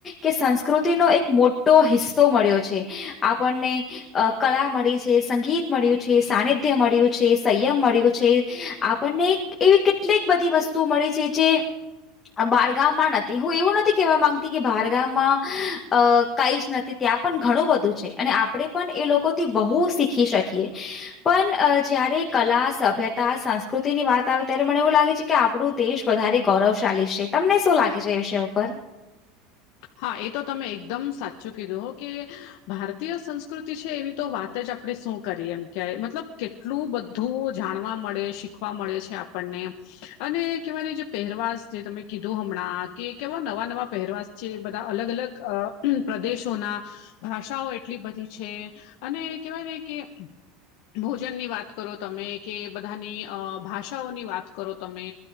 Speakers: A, on the left; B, on the left.
A: કે સંસ્કૃતિ નો એક મોટો હિસ્સો મળ્યો છે. આપણને કલા મળી છે સંગીત મળ્યું છે સાનિધ્ય મળ્યું છે સંયમ મળ્યું છે. આપણને એવી કેટલીક બધી વસ્તુ મળી છે જે બારગામમાં નથી હું એવું નથી કેહેવા માંગતી કે બારગામમાં અ કઈ જ નથી ત્યાં પણ ઘણું બધું છે અને આપડણે પણ એ લોકોથી બહુ શીખી શકીએ પણ જયારે કલા સભ્યતા સંસ્કૃતિ ની વાત આવે ત્યારે મને એવું લાગે છે. કે આપણું દેશ વધારે ગૌરવશાલીી છે તમને શું લાગે છે, એ વિષય ઉપર
B: હા એ તો તમે એકદમ સાચું કીધો કે ભારતીય સંસ્કૃતિ છે, એની તો વાત જ આપણે શું કરી એમ કય મતલબ કેટલું બધું જાણવા મળે શીખવા મળે છે, આપણને અને કેવાય જે પહેરવાસ જે તમે કીધો હમણાં કે કેવા નવા નવા પહેરવાસ જે બધા અલગ અલગ અ પ્રદેશોના ભાષાઓ એટલી બધી છે, અને કેવાય ને કે ભોજનની વાત કરો તમે કે બધાની અ ભાષાઓની વાત કરો, તમે